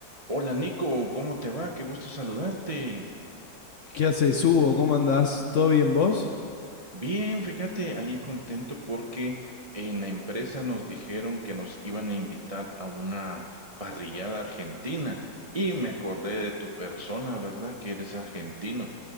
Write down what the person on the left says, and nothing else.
¿Qué haces, Hugo? ¿Cómo andás? ¿Todo bien vos?